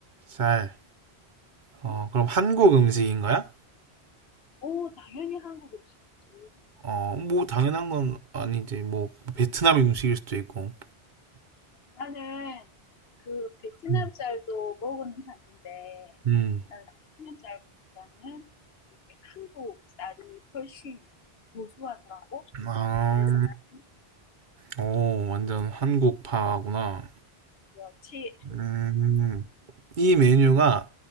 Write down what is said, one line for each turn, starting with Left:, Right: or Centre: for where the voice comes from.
Right: 쌀. 어,
Left: 음?
Right: 그럼 한국 음식인 거야?
Left: 오, 당연히 한국 음식이지.
Right: 어, 뭐 당연한 건 아니지. 뭐 베트남 음식일 수도 있고.
Left: 나는 그 베트남
Right: 음.
Left: 쌀도 먹어는 봤는데
Right: 음.
Left: 나는 베트남 쌀보다는 이게 한국 쌀이 훨씬 고소하더라고.
Right: 아,
Left: 그래서 나는
Right: 오, 완전 한국파구나.
Left: 여치
Right: 음. 이 메뉴가